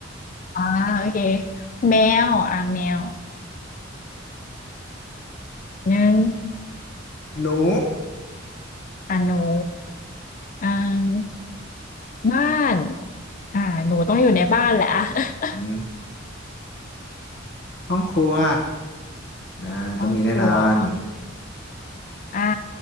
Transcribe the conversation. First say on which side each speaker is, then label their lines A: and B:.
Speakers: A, on the left; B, on the left.
A: อ่าโอเคแมวอ่าแมวหนึ่ง
B: ๆหนู
A: อ่าหนูอ่าบ้านอ่าหนูต้องอยู่ในบ้านแหละ <laughs> อ่ะ <laughs>
B: อืมห้องครัวนะต้องมีแน่นอน
A: ต้องครัวเหรออ่า